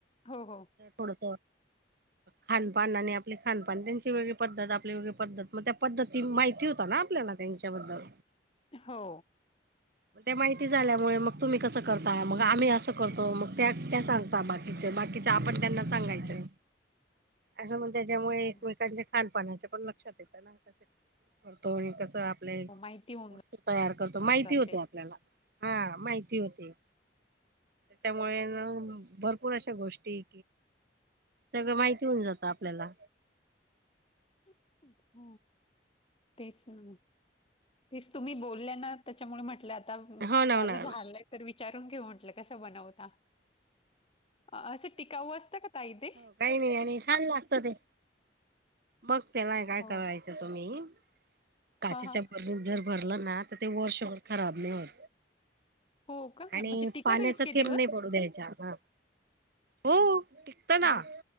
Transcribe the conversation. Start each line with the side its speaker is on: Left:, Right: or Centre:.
Left: हो हो.
Right: थोडस खानपान आणि आपले खानपान त्यांची वेगळी पद्धत आपली वेगळी पद्धत म त्या पद्धती माहिती होता ना आपल्याला त्यांच्याबद्दल
Left: हो.
Right: म त्या माहिती झाल्यामुळे मग तुम्ही कसं करता मग आम्ही असं करतो मग त्या त्या सांगता बाकी बाकीच आपण त्यांना सांगायचं
Left: <inaudible>
Right: असं मग त्याच्यामुळे
Left: हो
Right: एकमेकांच्या खान पानाच पण लक्षात येत ना. कसे करतो. आणि कसं आपले
Left: हो माहिती होऊन
Right: वस्तू तयार करतो माहिती
Left: जाते.
Right: होते आपल्याला. हा माहिती होती त्यामुळे ना भरपूर आशा आशा गोष्टी सगळं माहिती होऊन जातं आपल्याला.
Left: <inaudible> तेच ना तेच तुम्ही बोलल्या ना. त्याच्यामुळे म्हंटलं आता
Right: हो ना
Left: कॉल
Right: हो ना
Left: झालाय
Right: हो ना
Left: तर तर विचारून घेऊ म्हटलं कस बनवता आस टिकाव असतं का ताई ते.
Right: हो काही नाही आणि छान लागत ते. मग तेव्हा काय
Left: हो
Right: करायचं तुम्ही. काचेच्या
Left: हा हा
Right: भरणीत जर भरलं ना त ते वर्षभर खराब नाही होत.
Left: हो का
Right: आणि
Left: म्हणजे टिकतं
Right: पाण्याचा
Left: का इतके
Right: थेब
Left: दिवस?
Right: नाही पडू द्यायच्या. हा हो टिकत ना.
Left: हो